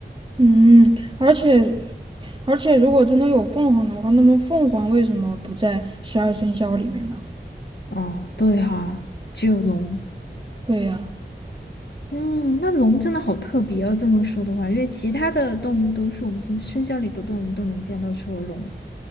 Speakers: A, on the right (about 25°); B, on the left (about 70°).
A: 嗯，而且而且，如果真的有凤凰的话，那么凤凰为什么不在十二生肖里面呢？
B: 哦，对哈，只有龙。
A: 对呀，
B: 嗯，那龙真的好特别哦，这么说的话，因为其他的动物都是我们今生肖里的动物都能见到，除了龙。